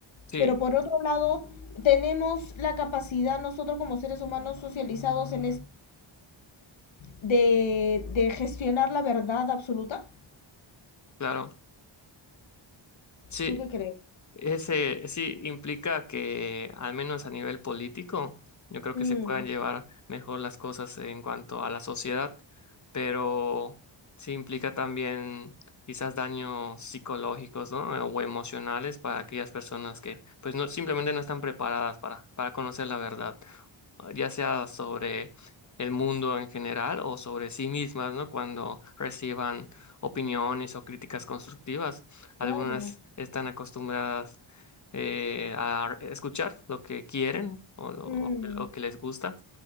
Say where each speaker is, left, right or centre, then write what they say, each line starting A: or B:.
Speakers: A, on the left; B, on the left.
A: sí,
B: Pero por otro lado, tenemos la capacidad nosotros como seres humanos socializados en es- de, de gestionar la verdad absoluta.
A: claro. Sí,
B: ¿Tú qué crees?
A: Ese sí implica que, al menos a nivel político, yo creo
B: Mm,
A: que se puedan llevar mejor las cosas en cuanto a la sociedad, pero sí implica también quizás daños psicológicos, ¿no? O emocionales para aquellas personas que, pues, no, simplemente no están preparadas para, para conocer la verdad, ya sea sobre el mundo en general o sobre sí mismas, ¿no? Cuando reciban opiniones o críticas constructivas algunas
B: claro.
A: están acostumbradas eh, a escuchar lo que quieren o, lo,
B: Mm,
A: o que o que les gusta